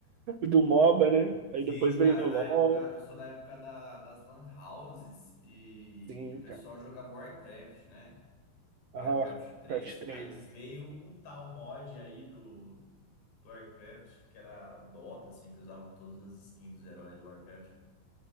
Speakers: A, on the right (about 70°); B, on the left (about 70°).
A: Do MOBA, né? Aí
B: Sim,
A: depois
B: cara,
A: veio o
B: na
A: LoL.
B: época, eu sou da época da, das lan houses e,
A: Sim,
B: e o pessoal
A: cara.
B: jogava Warcraft, né? Warcraft
A: Ah, Warcraft
B: três,
A: 3.
B: Aí veio um tal mod aí do, do Warcraft, que era o Dota, assim, que usava todas as skins dos heróis do Warcraft.